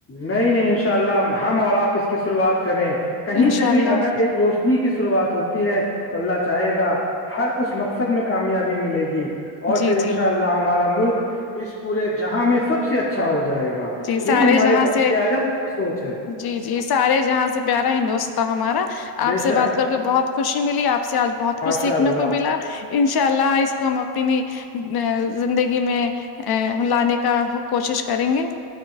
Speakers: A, on the left; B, on the left.
A: نہیں نہیں ان شاء اللہ ہم اور آپ اس کی شروعات کریں کہیں
B: انشاء
A: سے بھی
B: اللہ
A: اگر ایک روست کی شروعات ہوتی ہے تو اللہ چاہے گا ہر اس مقصد میں کامیابی ملے گی اور
B: جی
A: پھر
B: جی
A: ان شاء اللہ ہمارا ملک اس پورے جہاں میں سب سے اچھا اچھا ہو جائے گا
B: جی سارے
A: یہی ہمارے
B: جہاں
A: وزیر
B: سے
A: اعظم کی بھی سوچ ہے
B: جی جی سارے جہاں سے پیارا ہندوست ہمارا
A: بے
B: آپ سے
A: شک
B: بات کر کے بہت خوشی ملی آپ سے آج بہت
A: ماشاء
B: کچھ سیکھنے
A: اللہ
B: کو ملا انشاء اللہ آسکوم اپنی زندگی میں لانے کا کوشش کریں گے